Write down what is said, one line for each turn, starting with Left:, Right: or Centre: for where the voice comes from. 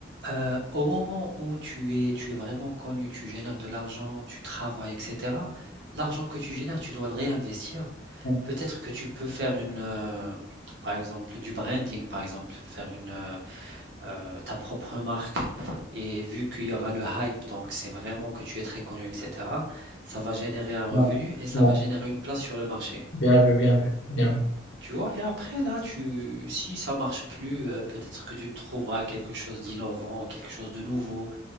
Right: euh, au moment où tu es, tu es vraiment connu, tu génères de l'argent, tu travailles, etc., l'argent que tu génères, tu dois le réinvestir.
Left: ouais,
Right: Peut-être que tu peux faire une, euh, par exemple, du branding, par exemple, faire une, euh, euh, ta propre marque. Et vu qu'il y aura le hype, donc c'est vraiment que tu es très connu, etc., ça va générer un revenu
Left: ouais,
Right: et ça
Left: ouais.
Right: va générer une place sur le marché.
Left: Bien vu, bien vu, bien vu.
Right: Tu vois, et après là, tu, si ça marche plus, euh, peut-être que tu trouveras quelque chose d'innovant, quelque chose de nouveau.